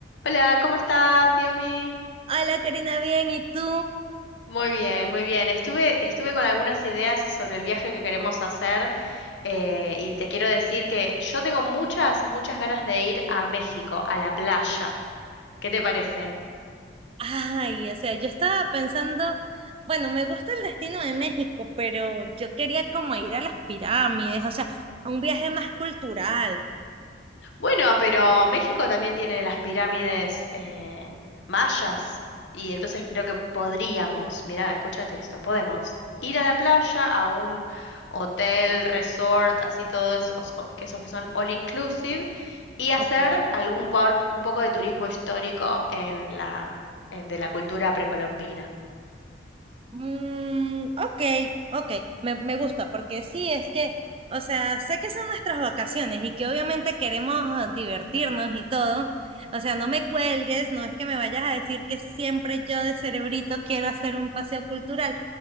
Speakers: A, on the left; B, on the right.
A: Hola, ¿cómo estás, Diomi?
B: Hola Karina, bien, ¿y tú?
A: Muy bien, muy bien. Estuve, estuve con algunas ideas sobre el viaje que queremos hacer eh, y te quiero decir que yo tengo muchas, muchas ganas de ir a México, a la playa. ¿Qué te parece?
B: Ay, o sea, yo estaba pensando, bueno, me gusta el destino de México, pero yo quería como ir a las pirámides, o sea, a un viaje más cultural.
A: Bueno, pero México también tiene las pirámides eh, mayas y entonces creo que podríamos, mirá, escúchate esto, podemos ir a la playa, a un hotel, resort, así todos esos, o- que esos que son all inclusive y hacer
B: Ok.
A: algún por- un poco de turismo histórico en la en- de la cultura precolombina.
B: Mm, ok, ok, me, me gusta, porque sí, es que, o sea, sé que son nuestras vacaciones y que obviamente queremos ah, divertirnos y todo. O sea, no me cuelgues, no es que me vayas a decir que siempre yo de cerebrito quiero hacer un paseo cultural,